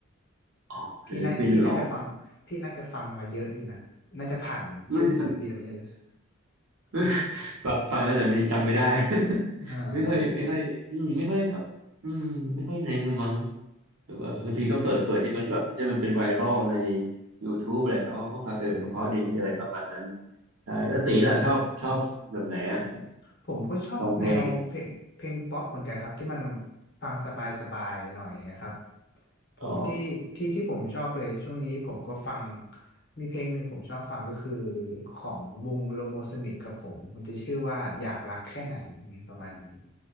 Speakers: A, on the right (about 85°); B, on the left (about 50°).
A: อ๋อศิลปินเหรอ
B: พี่น่าพี่น่าจะฟังพี่น่าจะฟังมาเยอะอยู่นะน่าจะผ่านชื่อศิลปินมาเยอะ
A: ไม่ไม่ไม่ฟังฟังแล้วแต่บางทีจำไม่ได้ <laughs>
B: อ่า
A: ไม่ค่อยไม่ค่อยอืมไม่ค่อยแบบอืมไม่ค่อยเน้นละมั้งหรือว่าบางทีก็เปิดเปิดที่มันแบบที่มันเป็นไวรัลใน
B: อืม
A: YouTube อะไรอ๋อก็ฟังเออก็เพราะดีอะไรประมาณนั้น
B: อืม
A: ใช่แล้วตีล่ะชอบชอบแบบไหนอ่ะ
B: อืม ผมก็ชอบแนวเพลงเพลงป๊อปเหมือนกันครับที่มัน
A: ฟองเพลง
B: ฟังสบายๆหน่อยนะครับผมที่ที่ที่ผมชอบเลยช่วงนี้ผมก็ฟัง
A: อ๋อ
B: มีเพลงหนึ่งผมชอบฟังก็คือของวงโลโมโซนิกครับผมมันจะชื่อว่าอยากรักแค่ไหนอย่างเงี้ยประมาณนี้